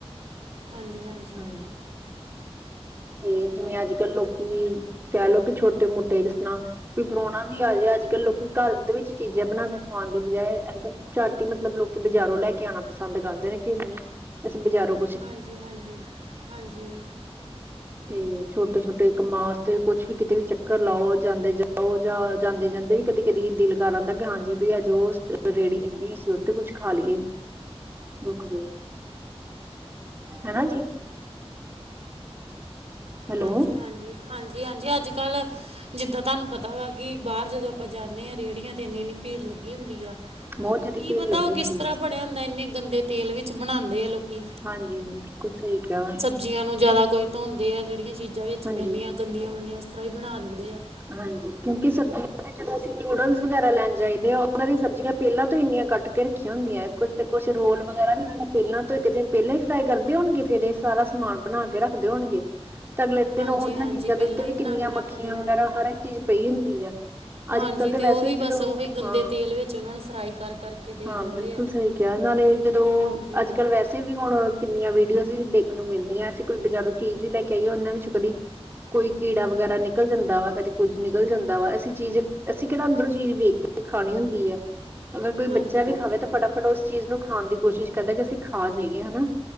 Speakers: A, on the right (about 75°); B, on the right (about 20°).
A: ਹਾਂਜੀ-ਹਾਂਜੀ
B: ਹਾਂਜੀ ਤੇ ਜਿਵੇਂ ਅੱਜ ਕੱਲ੍ਹ ਲੋਕੀ ਕਹਿ ਲੋ ਕਿ ਛੋਟੇ ਮੋਟੇ ਜਿਸਣਾ ਕੋਈ ਪਰਾਉਣਾ ਵੀ ਆ ਜਾਏ ਅੱਜ ਕੱਲ੍ਹ ਲੋਕੀ ਘਰ ਦੇ ਵਿੱਚ ਚੀਜ਼ਾਂ ਬਣਾ ਕੇ ਖਾਣ ਦੀ ਬਜਾਏ ਅੱਜ ਕੱਲ੍ਹ ਝੱਟ ਈ ਮਤਲਬ ਲੋਕੀ ਬਜ਼ਾਰੋਂ ਲੈ ਕੇ ਆਉਣਾ ਪਸੰਦ ਕਰਦੇ ਨੇ ਕਿ ਨਈ ਅਸੀਂ ਬਜ਼ਾਰੋਂ
A: ਹਾਂਜੀ-ਹਾਂਜੀ-ਹਾਂਜੀ
B: ਤੇ ਛੋਟੇ-ਛੋਟੇ ਕੰਮਾਂ ਵਾਸਤੇ ਕੁਛ ਵੀ ਕਿਤੇ ਵੀ ਚੱਕਰ ਲਾਓ ਜਾਂਦੇ ਜਾਂ ਓ ਜਾਂ ਜਾਂਦੇ-ਜਾਂਦੇ ਵੀ ਕਦੇ ਕਦੀ ਦਿਲ ਕਰ ਆਂਦਾ ਕਿ ਹਾਂਜੀ ਵੀ ਅੱਜ ਓ ਰੇਹੜੀ ਲੱਗੀ ਅਸੀਂ ਉੱਥੇ ਕੁੱਝ ਖਾ ਲਈਏ। ਦੁੱਖਦੇ ਹਨਾ ਜੀ। ਹੈਲੋ
A: ਹਾਂਜੀ-ਹਾਂਜੀ-ਹਾਂਜੀ-ਹਾਂਜੀ
B: ਹੂੰ
A: ਅੱਜ ਕੱਲ ਜਿੱਦਾਂ ਤੁਹਾਨੂੰ ਪਤਾ ਵਾ ਕਿ ਬਾਰ ਜਦੋਂ ਆਪਾਂ ਜਾਂਣੇ ਆਂ ਰੇੜੀਆਂ ਤੇ ਇੰਨੀ-ਇੰਨੀ ਭੀੜ ਲੱਗੀ ਹੁੰਦੀ ਆ।
B: ਬਹੁਤ ਜਿਆਦਾ
A: ਕੀ
B: ਭੀੜ
A: ਪਤਾ
B: ਲੱਗੀ
A: ਓ ਕਿਸ
B: ਹੁੰਦੀ
A: ਤਰ੍ਹਾਂ
B: ਹੈ।
A: ਬਣਿਆ ਹੁੰਦਾ ਇੰਨੇ ਗੰਦੇ ਤੇਲ ਵਿੱਚ ਬਣਾਉਂਦੇ ਆ ਲੋਕੀ
B: ਹਾਂਜੀ ਬਿਲਕੁਲ ਸਈ ਕਿਆ।
A: ਜ਼ੀਆਂ ਨੂੰ ਜ਼ਿਆਦਾ ਕੋਈ ਧੋਂਦੇ ਆ ਜੇੜੀਆਂ ਚੀਜ਼ਾਂ ਵਿੱਚ
B: ਹਾਂਜੀ
A: ਪੈਂਦੀਆਂ ਗੰਦੀਆਂ ਮੰਦੀਆਂ ਉਸ ਤਰ੍ਹਾਂ ਹੀ ਬਣਾ ਦਿੰਦੇ ਆ।
B: ਹਾਂਜੀ ਕਿਉਂਕਿ ਸਬਜ਼ੀਆਂ ਦੇ ਜਦੋਂ ਅਸੀਂ ਨੂਡਲਜ਼ ਵਗੈਰਾ ਲੈਣ ਜਾਈਦੇ ਆ ਉਹਨਾਂ ਦੀ ਸਬਜ਼ੀਆਂ ਪੈਲਾਂ ਤੋਂ ਇੰਨੀਆਂ ਕੱਟ ਰੱਖੀਆਂ ਹੁੰਦੀਆਂ ਕੁ ਕੁੱਛ ਰੋਲ ਵਗੈਰਾ ਵੀ ਇਹਨਾਂ ਨੇ ਪੈਲਾਂ ਤੋਂ ਇੱਕ ਦਿਨ ਪੈਲਾਂ ਹੀ ਫਰਾਈ ਕਰਦੇ ਹੋਣਗੇ ਫਿਰ ਇਹ ਸਾਰਾ ਸਮਾਨ ਬਣਾ ਕੇ ਰੱਖਦੇ ਹੋਣਗੇ ਤੇ ਅਗਲੇ
A: ਹਾਂਜੀ
B: ਦਿਨ ਉਹਨਾਂ
A: ਹਾਂਜੀ
B: ਚੀਜ਼ਾਂ ਦੇ
A: ਪਹਿਲਾਂ
B: ਉੱਤੇ ਵੀ
A: ਹੀ ਬਣਾ
B: ਕਿੰਨੀਆਂ
A: ਕੇ
B: ਮੱਖੀਆਂ
A: ਰੱਖਦੇ ਆ
B: ਵਗੈਰਾ ਹਰ ਇੱਕ ਚੀਜ਼ ਪਈ ਹੁੰਦੀ ਆ।
A: ਹਾਂਜੀ
B: ਅੱਜ ਕੱਲ ਤਾਂ
A: ਤੇ
B: ਵੈਸੇ
A: ਉਹੀ
B: ਵੀ
A: ਬਸ
B: ਜਦੋਂ
A: ਉਹੀ ਗੰਦੇ
B: ਹਾਂ-ਹਾਂ
A: ਤੇਲ ਵਿੱਚ ਉਹਨਾਂ ਨੂੰ ਫਰਾਈ ਕਰ ਕਰਕੇ ਦੇਈ ਜਾਂਦੇ
B: ਬਿਲਕੁਲ
A: ਆ
B: ਸਈ ਕਿਆ ਨਾਲੇ ਜਦੋਂ
A: ਹਾਂਜੀ
B: ਅੱਜ ਕੱਲ੍ਹ ਵੈਸੇ ਅਸੀਂ ਵੀ ਹੁਣ ਕਿੰਨੀਆਂ ਵੀਡੀਓਜ਼ ਵੀ ਦੇਖਣ ਨੂੰ ਮਿਲਦੀਆਂ ਅਸੀਂ ਕੋਈ ਬਜ਼ਾਰੋਂ ਚੀਜ਼ ਵੀ ਲੈ ਕੇ ਆਈਏ ਉਹਨਾਂ ਵਿੱਚ ਕਦੀ ਕੋਈ ਕੀੜਾ ਵਗੈਰਾ ਨਿਕਲ ਜਾਂਦਾ ਵਾ। ਕਦੇ ਕੁਝ ਨਿਕਲ ਜਾਂਦਾ ਵਾ ਅਸੀਂ ਚੀਜ਼ ਅਸੀਂ ਕਿਹੜਾ ਅੰਦਰੋਂ ਚੀਜ਼ ਵੇਖ ਕੇ ਖਾਣੀ ਹੁੰਦੀ ਆ। ਅਗਰ ਕੋਈ
A: ਹਾਂਜੀ
B: ਬੱਚਾ ਵੀ
A: ਹਾਂਜੀ
B: ਖਾਵੇ ਤਾਂ ਫਟਾਫਟ ਉਸ ਚੀਜ਼ ਨੂੰ ਖਾਣ ਦੀ ਕੋਸ਼ਿਸ਼ ਕਰਦਾ ਕਿ ਅਸੀਂ ਖਾ ਜਾਈਏ ਹਨਾ।